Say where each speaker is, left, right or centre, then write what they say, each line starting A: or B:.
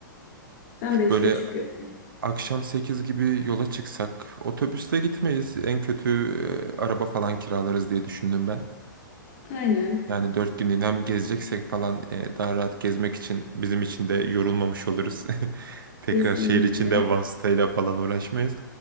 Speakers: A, on the left (about 45°); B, on the right (about 80°).
A: Ben 5'te
B: böyle
A: çıkıyorum.
B: akşam 8 gibi yola çıksak otobüsle gitmeyiz. En kötü e, araba falan kiralarız diye düşündüm ben.
A: Aynen.
B: Yani 4 günlüğüne hem gezeceksek falan e, daha rahat gezmek için bizim için de yorulmamış oluruz. <laughs> Tekrar
A: Kesinlikle.
B: şehir içinde vasıtayla falan uğraşmayız.